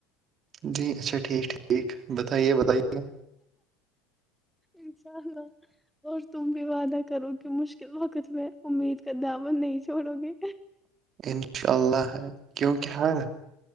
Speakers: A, on the right (about 40°); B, in the centre.
A: جی اچاٹھیک ٹھیک ٹھیک بتائیے بتائیے
B: انشاءاللہ دوستوں بھی وعدہ کرو کہ مشکل وقت میں امید کا دا من نہیں چھوڑو گے
A: انشاء اللہ ہے کیونکہ ہر